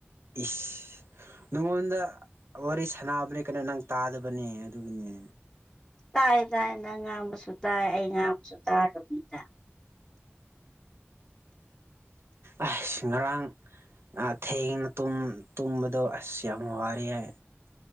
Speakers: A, on the right (about 65°); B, on the left (about 20°).
A: ꯏꯁ ꯅꯉꯣꯟꯗ ꯋꯥꯔꯤ ꯁꯥꯟꯅꯕꯅꯦ ꯀꯩꯅꯣ ꯅꯪ ꯇꯥꯗꯕꯅꯦ ꯑꯗꯨꯒꯤꯅꯦ
B: ꯇꯥꯏ ꯇꯥꯏ ꯅꯪ ꯉꯥꯡꯕꯁꯨ ꯇꯥꯏ ꯑꯩ ꯉꯥꯡꯕꯁꯨ ꯇꯥꯔꯝꯒꯅꯤꯗ
A: ꯑꯥ ꯑꯁ ꯉꯔꯥꯡ ꯑꯥ ꯊꯦꯡꯅ ꯇꯨꯝ ꯇꯨꯝꯕꯗꯣ ꯑꯁ ꯌꯥꯝ ꯋꯥꯏꯌꯦ